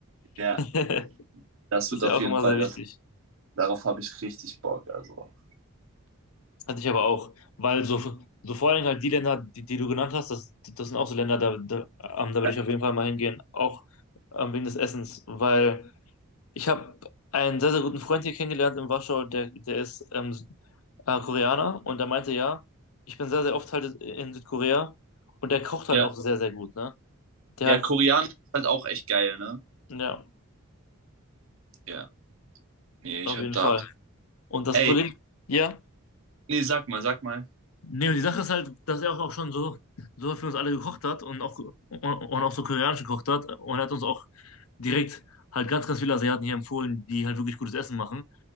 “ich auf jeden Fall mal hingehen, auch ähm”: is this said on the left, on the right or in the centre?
Left